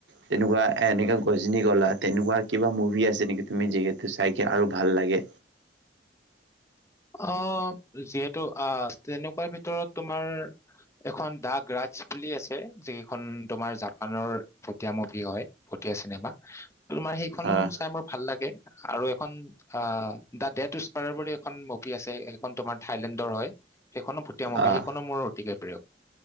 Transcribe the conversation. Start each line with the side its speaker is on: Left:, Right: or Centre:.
Right: তেনেকুৱা এনেকে গজনি ক'লা, তেনেকুৱা কিবা মুভি আছে নেকি তুমি যিহেতু চাইকে আৰু ভাল লাগে।
Left: অঁ', যিহেতু আঁ', তেনেকুৱা ভিতৰত তোমাৰ এখন দা গ্ৰাজ বুলি আছে, যিখন তোমাৰ জাপানৰ ভুটীয়া মুভি হয়, ভুটীয়া চিনেমা। তোমাৰ সেইখন
Right: আহ
Left: চাই মোৰ ভাল লাগে। আৰু এখন, অঁ দা ডটসপাৰ বুলি। খন মুভি আছে, সেইখন তোমাৰ থাইলেণ্ডৰ হয়। সেইখনো ভুটিয়ামূভি
Right: আহ
Left: সেইখনো মোৰ অতিকে প্ৰিয়